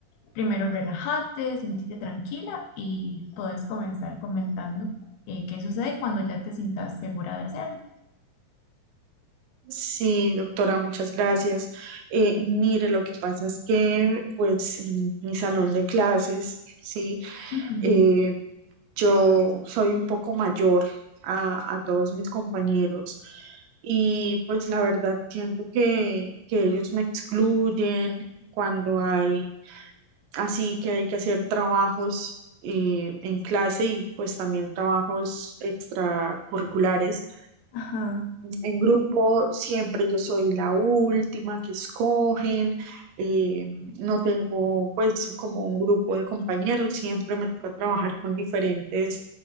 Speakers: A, on the left; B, on the right.
A: primero relájate, sentite tranquila y puedes comenzar comentando eh, qué sucede cuando ya te sientas segura de hacerlo.
B: sí, doctora, muchas gracias. Eh, mire, lo que pasa es que pues en mi salón de clases, sí.
A: Ujú.
B: eh, Yo soy un poco mayor a, a todos mis compañeros y pues la verdad siento que, que ellos me excluyen cuando hay así que hay que hacer trabajos eh, en clase y pues también trabajos extracurriculares.
A: Ajá.
B: En grupo siempre yo soy la última que escogen, eh, no tengo pues como un grupo de compañeros, siempre me toca trabajar con diferentes